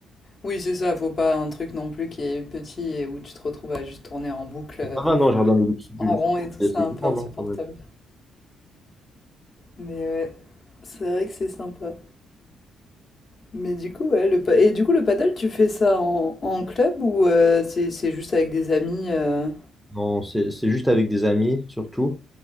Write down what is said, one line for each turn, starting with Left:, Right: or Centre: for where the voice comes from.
Left: Oui, c'est ça. Faut pas un truc non plus qui est petit et où tu te retrouves à juste tourner en boucle.
Centre: Et
Left: euh,
Centre: Ça va, non, le jardin de Lux- du
Left: En
Centre: Luxembourg,
Left: rond et tout
Centre: c'est
Left: ça,
Centre: c'est
Left: un
Centre: grand,
Left: peu insupportable.
Centre: non, quand même.
Left: Mais ouais, c'est vrai que c'est sympa. Mais du coup, ouais, le pa- Et du coup, le paddle, tu fais ça en, en club ou euh, c'est c'est juste avec des amis euh,
Centre: Non, c'est c'est juste avec des amis, surtout.